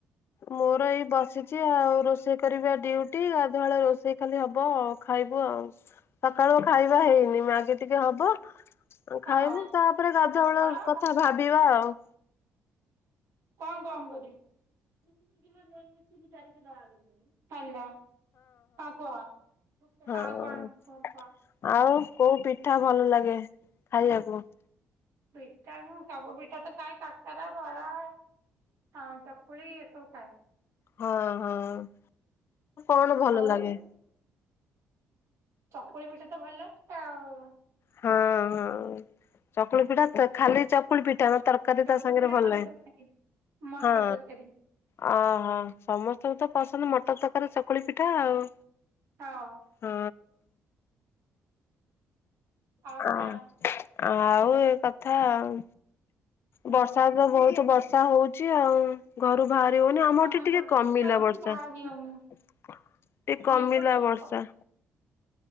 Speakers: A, on the left; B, on the right.
A: ମୋର ଏଇ ବସିଛି ଆଉ ରୋଷେଇ କରିବା ଡିଉଟି ଗାଧୁଆବେଳେ ରୋଷେଇ ଖାଲି ହବ ଆଉ। ଖାଇବୁଆଉ ସକାଳୁ ଖାଇବା ହେଇନି ମ୍ୟାଗି ଟିକେ ହବ।
B: ହଁ
A: ଖାଇବୁ ତାପରେ ଗାଧୁଆବେଳ
B: କଣ
A: କଥା ଭାବିବା ଆଉ।
B: କଣ କଣ କରିବି ଦୁଇତିନି କିଲୋ ନେଇକି ତିନି ଚାରି କିଲୋ ଆଳୁ ନେଲି। ହାଲୋ ହଁ କୁହ
A: ହଁ।
B: ଆଉ କଣ କୁହ।
A: ଆଉ କୋଉ ପିଠା ଭଲ ଲାଗେ ଖାଇବାକୁ।
B: ପିଠା ମୁଁ ସବୁ ପିଠା ତ ଖାଏ କାକରା। ବାରା ହଁ ଚକୁଳି ଏସବୁ ଖାଏ।
A: ହଁ ହଁ କଣ ଭଲ
B: ଆଉ
A: ଲାଗେ?
B: ଚକୁଳି ପିଠାତ ଭଲଲାଗେ ଆଉ।
A: ହଁ ହଁ ଚକୁଳି ପିଠା ତ ଖାଲି ଚକୁଳି ପିଠା ନା ତର କାରି
B: ଚକୁଳି
A: ତାସାଙ୍ଗରେ
B: ପିଠା
A: ଭଲ
B: ମଟର
A: ଲାଗେ
B: ତରକାରୀ। ମଟର
A: ହଁ।
B: ତରକାରୀ
A: ଓହୋ ସମସ୍ତଙ୍କୁ ତ ପସନ୍ଦ ମଟରତରକାରୀ ଚକୁଳିପିଠା ଆଉ।
B: ଆଉ
A: ହଁ।
B: ଆଉ
A: ଆଁ
B: କଣ
A: ଆଉ ଏ କଥା ଆଉ।
B: ହଁ
A: ବର୍ଷା ତ ବହୁତ ବର୍ଷା ହଉଛି ଆଉ। ଘରୁ ଭାହାରି ହଉନି ଆମର
B: ଆମ
A: ଏଠି
B: ଏପଟେ
A: ଟିକେ କମିଲା
B: ତ ହଉଛି
A: ବର୍ଷା।
B: ବାହାରି
A: ଟିକେ
B: ହଉନି।
A: କମିଲା
B: ଏପଟେ ଜମା
A: ବର୍ଷା।
B: କମିନି।